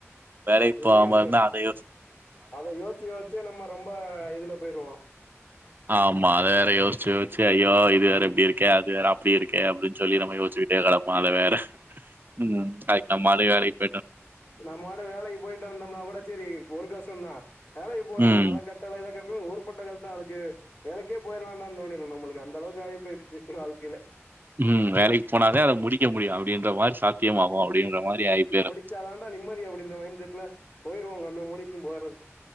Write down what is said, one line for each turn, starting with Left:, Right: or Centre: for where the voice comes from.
Right: வேலைக்கு
Left: இல்லைன்னு
Right: போக மா
Left: வச்சுங்க
Right: இருந்தா அத யோசிச்சு
Left: அத யோசிச்சு யோசிச்சே நம்ம ரொம்ப இதுல போயிருவோ
Right: ஆமா அதது வேற யோச்சு யோச்சு ஐயோ இது வேற இப்படி இருக்கே அது வேற அப்டி இருக்கே அப்டினு சொல்லிட்டு நம்மயோச்சு <unintelligible> வேற <unintelligible> அதுக்கு நம்ம ஆளே வேலைக்கு போயுட்ட
Left: நா மாட்டுன் வேலைக்கு போயிட்டு வந்தோம்னா கூட சரி ஒரு கஷ்டம் தா வேலைக்கு போகதனா
Right: ம்
Left: அத கட் <unintelligible> நடக்காட்டி ஒரு பக்கம் கஷ்டம் அதுக்கு வேலைக்கே போயில்லான்டா தோணுது நம்முளுக் அந்த அளவுக்கு ஆயி போயிருச்சு வாழ்க்கையில
Right: ம் வேலைக்கு போனாதா அத முடிக்க முடியும் அப்படின்ற மாரி சாத்தியம்மாகும் அப்படின்ற மாரி ஆயி போய்ரும்
Left: அடிச்சா தாண்டா நிம்மதி அப்டின்ற மைண்ட் செட்ல போயிருவாங்க அந்த மாரி இருக்கும் போறது